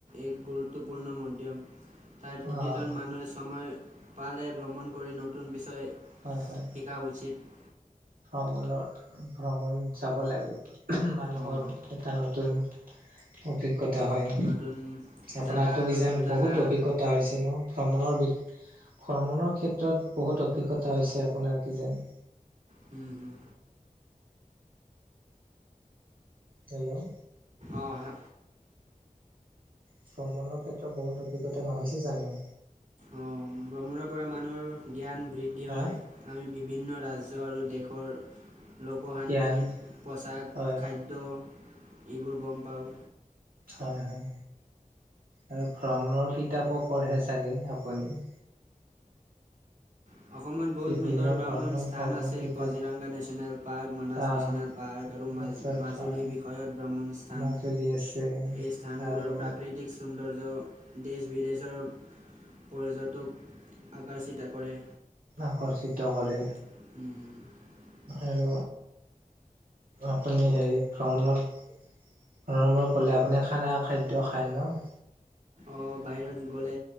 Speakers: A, on the right (about 60°); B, on the right (about 80°).
A: এক গুৰুত্বপূৰ্ণ মন। ব্য তাৰ প্ৰতিজন
B: অ',
A: মানুহে সময় পালে ভ্ৰমণ কৰি নতুন বিষয়
B: হয়, হয়
A: শিকা উচিত।
B: ভ্ৰমণৰ ভ্ৰমণ যাব লাগে। মানুহৰ
A: অহ,
B: এটা নতুন অভিজ্ঞ জ্ঞতা হয়।
A: নতুন
B: আপোনাৰটো
A: জাগা
B: কি
A: নতুন
B: যান
A: জাগা
B: বহুত অভিজ্ঞতা হৈছে ন ভ্ৰমণৰ বিষ ভ্ৰমণৰ ক্ষেত্ৰত বহুত অভিজ্ঞতা হৈছে আপোনাৰ কি যান
A: হুম হুম
B: হেল্ল'
A: অ হে
B: ভ্ৰমণৰ ক্ষেত্ৰত বহুত অভিজ্ঞতা নহৈছে জানো?
A: অ ভ্ৰমণৰ পৰা মানুহৰ জ্ঞান বৃদ্ধি হয়,
B: হা
A: আমি বিভিন্ন ৰাজ জ্য আৰু দেশৰ লোকসান্তৃত,
B: জ্ঞান
A: পোচাক,
B: হয়,
A: খাদ্য এইবোৰ গম পাওঁ।
B: হয়, হয় আৰু ভ্ৰমণৰ কিতাপো পঢ়ে চাগে আপুনি।
A: অ'। অসমত বহুত
B: বিভিন্ন
A: সুন্দৰ ভ্ৰামণ
B: ধৰণৰ
A: স্থান
B: ভ্ৰমণৰ
A: আছে
B: কিতাপ
A: কজিৰংগা নেশ্যনেল পাৰ্ক, মানাস
B: আহ
A: নেশ্যনেল পাৰ্ক আৰু
B: নেচাৰ
A: মাজুলী
B: পাৰ্ক
A: বিষয়ত ভ্ৰমণ স্থান,
B: মাজুলী আছে
A: এই স্থানবোৰত
B: আৰু
A: প্ৰাকৃতিক সৌন্দৰ্য দেশ বিদেশৰ পৰ্যটক আকাৰ চিতা কৰে।
B: আকৰ্ষিত কৰে।
A: উম, উম।
B: আৰু আপুনি হেৰি ভ্ৰমণত ভ্ৰমনত গ'লে আপুনি খানাৰ খাদ্য খায় ন'?
A: অহ, বাহিৰত গ'লে।